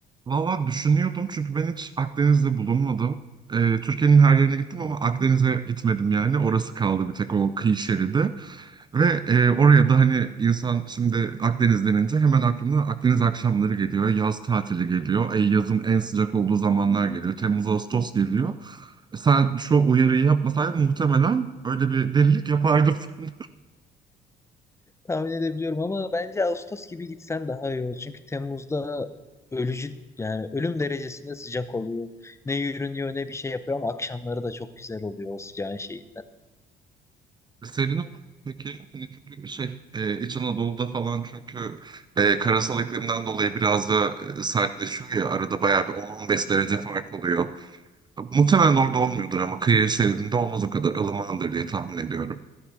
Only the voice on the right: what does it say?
Valla düşünüyordum çünkü ben hiç Akdeniz'de bulunmadım. Ee, Türkiye'nin her yerine gittim ama Akdeniz'e gitmedim yani. Orası kaldı bir tek o kıyı şeridi. Ve e, oraya da hani insan şimdi Akdeniz denince hemen aklına Akdeniz akşamları geliyor. Yaz tatili geliyor. E, yazın en sıcak olduğu zamanlar geliyor. Temmuz, Ağustos geliyor. E, Sen şu uyarıyı yapmasaydın muhtemelen öyle bir delilik yapardım. <laughs>
Serin olur mu peki? Hani çünkü şey e, İç Anadolu'da falan çünkü e, karasal iklimden dolayı biraz da e, sertleşiyor ya arada bayağı bir 10-15 derece fark oluyor. Muhtemelen orada olmuyordur ama kıyı şeridinde olmaz o kadar ılımandır diye tahmin ediyorum.